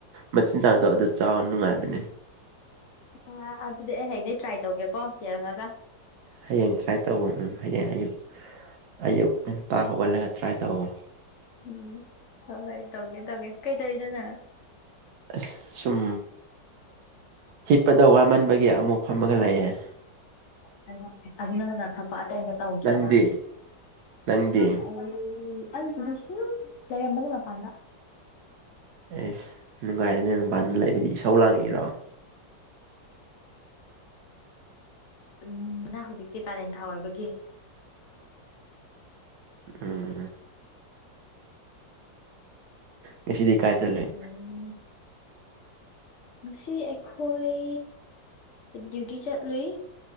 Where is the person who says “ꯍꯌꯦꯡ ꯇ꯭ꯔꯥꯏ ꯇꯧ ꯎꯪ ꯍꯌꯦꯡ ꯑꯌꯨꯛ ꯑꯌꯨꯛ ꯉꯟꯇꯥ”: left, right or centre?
Right